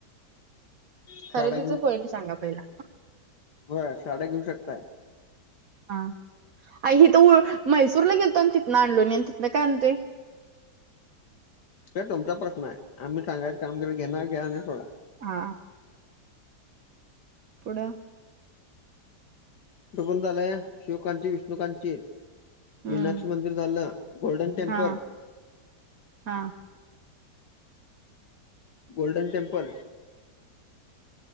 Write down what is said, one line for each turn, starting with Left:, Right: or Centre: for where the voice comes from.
Left: साड्या
Right: खरेदीच पॉईंट सांगा पहिला.
Left: व्हय साड्या घेऊ शकताय.
Right: हा. आई हि तर व मैसूरला गेलतो अन तिथनं आणलो अन तिथनं काय आणतेय.
Left: त्या तुमचा प्रश्न आहे, आम्ही सांगायचं काम केलं, घेणार घ्या आणि सोडा.
Right: आ पुढं.
Left: पुढं पण झालंय, शिवकांची, विष्णुकांची.
Right: हम्म
Left: मीनाक्षी मंदिर झालं, गोल्डन टेम्पल
Right: हा हा
Left: गोल्डन टेंम्पल